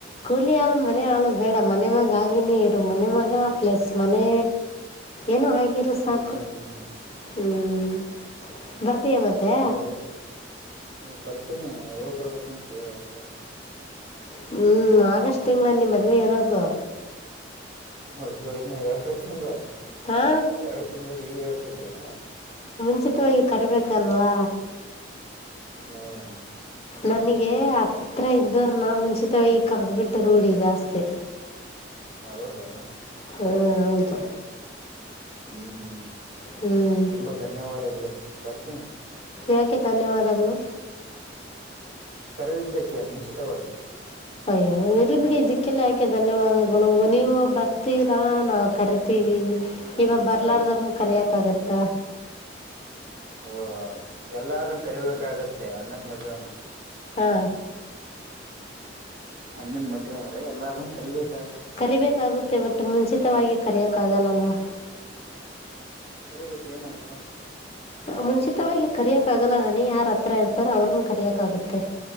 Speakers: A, on the left; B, on the right.
A: ಕೂಲಿ ಹಾಳು ಮನೆ ಹಾಳು ಬೇಡ ಮನೆ ಮಾಗ ಆಗ ನೀ ಇರು ಮನೆ ಮಗ ಪ್ಲಸ್ ಮನೆ ಏನು ಆಗಿರು ಸಾಕು
B: ಹ್ಮ್ ಹ್ಮ್
A: ಹ್ಮ್ ಬರ್ತೀಯಾ ಮತ್ತೆ
B: ಆಯ್ತು ಆಯ್ತು ನೀ ಬರ್ತೀನಿ ಯಾವಾಗ ಬರ್ಬೇಕು ಅಂತ ಹೇಳು ಅಷ್ಟೇ
A: ಹ್ಮ್ ಆಗಸ್ಟ್ ತಿಂಗಳಲ್ಲಿ ಮದ್ವೆ ಇರೋದು
B: ಅಯ್ಯೋ ಇನ್ನು ಎರಡು ತಿಂಗಳು
A: ಹಾ
B: ಎರಡು ತಿಂಗಳ್ದ ಹೀಗ ಹೇಳ್ತಿದಿಯಾ
A: ಖಚಿತವಾಗಿ ಕರ್ಬೇಕಲ್ವಾ
B: ಹ್ಮ್
A: ನನಗೆ ಹತ್ತಿ ಇದ್ದರು ನಾ ಮುಂಚಿತ ಈ ಕರೆದ್ಬಿಟ್ಟು ರೂಢ ಜಾಸ್ತಿ
B: ಹೌದಾ
A: ಹಾ ಹೌದು
B: ಹ್ಮ್ ಹ್ಮ್
A: ಹ್ಮ್
B: ತುಂಬಾ ಧನ್ಯವಾದ ಬಿಡಿ ಬರ್ತೀನಿ
A: ಯಾಕೆ ಧನ್ಯವಾದಗಳು
B: ಕರೆದಿದ್ದ ಕ್ಕೆ ಮುಂಚಿತವಾಗಿ
A: ಅಯ್ಯೋ ಇರ್ಲಿ ಬಿಡಿ ಇದಕ್ಕೆಲ್ಲಾ ಯಾಕೆ ಧನ್ಯವಾದಗಳು ನೀವು ಬರ್ತೀರಾ ನಾವು ಕರಿತೀವಿ
B: ಆಯ್ ನಮಗ
A: ಇವಾಗ ಬರ್ಲಾರ್ದ್ರನ
B: ಇಷ್ಟ
A: ಕರಿಯಕ್ ಆಗತ್ತ
B: ಓ ಎಲ್ಲಾರೂ ಕರಿಬೇಕಾಗುತ್ತೆ ಅಣ್ಣನ್ ಮದ್ವೆ
A: ಹಾ
B: ಹಣ್ಣಂದ್ ಮದ್ವೆ ಅಂದ್ರೆ ಎಲ್ಲಾರೂ ಕರಿೀಬೇಕು
A: ಕರಿಬೇಕಾಗುತ್ತೆ ಬಟ್ು ಮುಂಚಿತವಾಗಿ ಕರೆಯೋಕ್ಕಾಗಲ್ಲಲ್ವಾ
B: ಬರಿಬೇಕು ಏನಾಗುತ್ತೆ
A: ಮುಂಚಿತವಾಗಿ ಕರಿಯಕ್ ಆಗಲ್ಲ ನಾನ ಯಾರ ಹತ್ರ ಇರ್ತಾರ ಅವ್ರನ್ನ ಕರಿಯಕ್ ಆಾಗತ್ತೆ